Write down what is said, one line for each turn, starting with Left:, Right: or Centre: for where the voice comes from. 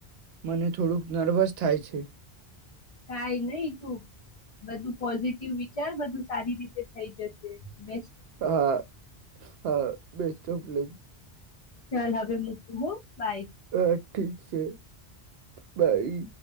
Right: મને થોડુંક નર્વસ થાય છે.
Left: કઈ નઈ તું બધું પોઝિટિવ વિચાર બધું સારી રીતે થઈ જશે બે
Right: હા હા બેસ્ટ ઓફગ
Left: ચાલ હવે મૂકવું હો. બાય
Right: હ ઠીક છે. બાય